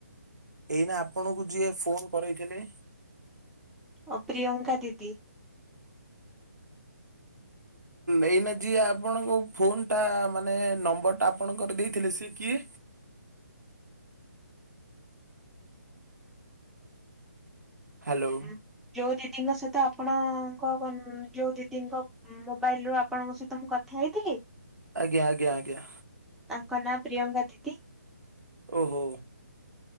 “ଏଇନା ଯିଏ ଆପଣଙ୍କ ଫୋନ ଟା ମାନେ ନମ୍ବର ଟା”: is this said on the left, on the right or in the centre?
Right